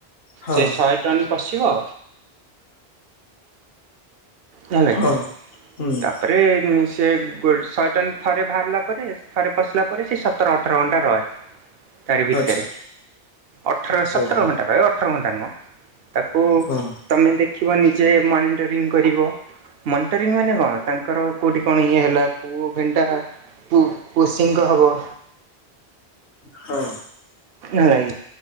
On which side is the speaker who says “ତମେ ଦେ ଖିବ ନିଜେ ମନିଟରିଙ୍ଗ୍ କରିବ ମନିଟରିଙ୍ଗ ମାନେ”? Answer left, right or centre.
Right